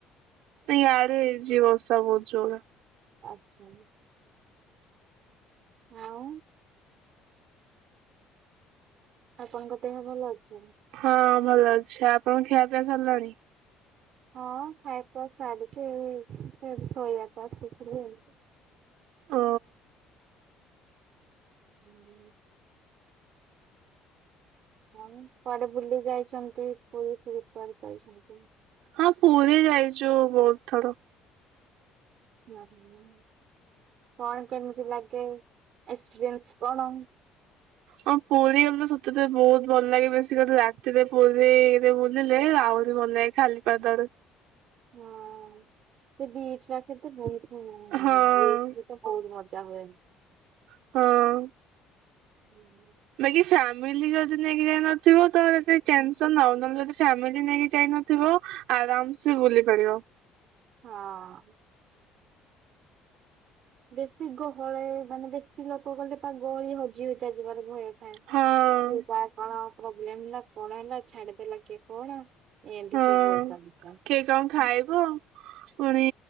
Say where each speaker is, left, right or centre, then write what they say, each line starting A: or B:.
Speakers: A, on the right; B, on the right.
A: ଇଆଡେ ହେଇଚି ବର୍ଷା ବୋହୁତ ଜୋରରେ।
B: ଆଚ୍ଛା। ହଁ। ଆପଣଙ୍କ ଦେହ ଭଲ ଅଛି?
A: ହଁ ଭଲ ଅଛି ଆପଣଙ୍କ ଖିଆପିଆ ସରିଲାଣି?
B: ହଁ ଖାଇଖୁଆ ସାରିକି ଏଇ ଶୋଇବାକୁ ଆସିଥିଲି ଆଉ।
A: ଅ
B: ହୁଁ। ଆଉ କୁଆଡେ ବୁଲି ଯାଇଛନ୍ତି ପୁରୀ ଫୁରୀ କୁଆଡେ ଯାଉଛନ୍ତି?
A: ହଁ ପୁରୀ ଯାଇଚୁ ବହୁତ ଥର।
B: ନାହିଁ ନାହିଁ। କଣ କେମିତି ଲାଗେ ଏକ୍ସପିରିଏନ୍ସ କଣ?
A: ହଁ ପୁରୀ ଗଲେ ତ ସତରେ ବହୁତ ଭଲ ଲାଗେ ବେଶୀ କାଲି ରାତିରେ ପୁରୀରେ ବୁଲିଲେ ଆଉ ମୋ ଲାଗି ଖାଲି ପାଦରେ
B: ହଁ ସେ ବିଚ୍ ପାଖରେ ତ ବୋହୁତ <unintelligible>
A: ହଁ
B: ବିଚ୍ ରେ ତ ବହୁତ ମଜା ହୁଏ।
A: ହଁ।
B: ହୁଁ।
A: ବାକି ଫ୍ୟାମିଲି ଯଦି ନେଇକି ଯାଇ ନଥିବ ତ ସେ ଟେନସନ୍‌।
B: ହଁ
A: <unintelligible> ଫ୍ୟାମିଲି ନେଇକି ଯାଇନଥିବ ଆରାମ୍ ସେ ବୁଲିପାରିବ।
B: ହଁ। ବେଶୀ ଗହଳ ମାନେ ବେଶୀ ଲୋକ ଗଲେ ତା ପାଗଳ ହଜି ହୁଜା ଯିବାର ଭୟ। ସେ
A: ହଁ
B: ତା କଣ ପ୍ରୋବ୍ଲେମ ହେଲା କଣ ହେଲା ଛାଡିଦେଲା କିଏ କଣ? ଏମିତି
A: ହଁ
B: ସବୁ ଚାଲିଥାଏ
A: କିଏ କଣ ଖାଇବ
B: ହଁ।
A: ଫୁଣି